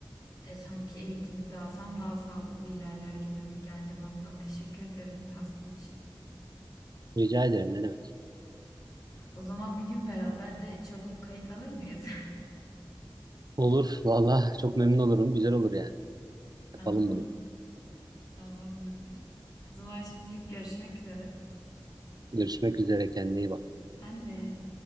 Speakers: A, on the left; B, on the right.
A: E, sanki eğitimini de alsam daha sağlıklı ilerler gibi geldi bana da teşekkür ederim tavsiye için.
B: Rica ederim ne demek.
A: O zaman bir gün beraber de çalıp kayıt alır mıyız?
B: Olur valla çok memnun olurum. Güzel olur yani.
A: <laughs>
B: Yapalım
A: Tamam,
B: bunu.
A: tamamdır. O zaman şimdilik görüşmek üzere.
B: Görüşmek üzere kendine iyi bak.
A: Ben de.